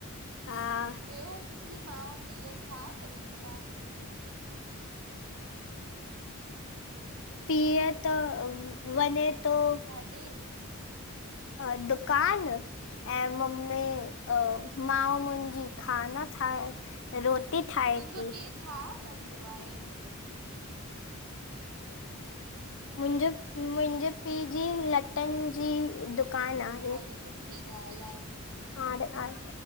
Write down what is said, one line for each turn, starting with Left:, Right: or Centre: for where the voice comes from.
Left: हा
Right: वेहो उनन जी मा पी छा करन था?
Left: पीअ त वञे तो।
Right: कॾे?
Left: अ दुकान ऐं मम्मी अ मां मुंहिंजी खाना ठाहे। रोटी
Right: तुंहिंजो
Left: ठाहे ती।
Right: पीउ छा कंदो आहे?
Left: मुंहिंजो मुंहिंजे पी जी लटन जी दुकान आहे।
Right: हल सुठी ॻाल्ह आहे।
Left: हाड़ आहे।